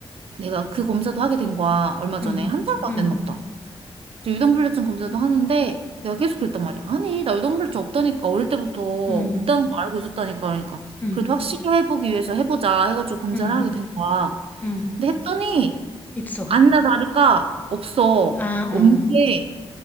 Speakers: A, on the right; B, on the left.
A: 내가 그 검사도 하게 된 거야. 얼마 전에
B: 응, 응,
A: 한 달도 안
B: 응,
A: 됐나 보다. 그래서 유당불내증 검사도 하는데 내가 계속 그랬단 말이야. 아니, 나 유당불내증 없다니까. 어릴 때부터 없다는
B: 응,
A: 거 알고 있었다니까. 그러니까
B: 응, 응,
A: 그래도 확실히 해보기 위해서 해보자 해가지고 검사를
B: 응.
A: 하게 된 거야.
B: 응.
A: 근데 했더니
B: 있어.
A: 아니나 다를까 없어.
B: 아,
A: 없는
B: 응 어.
A: 게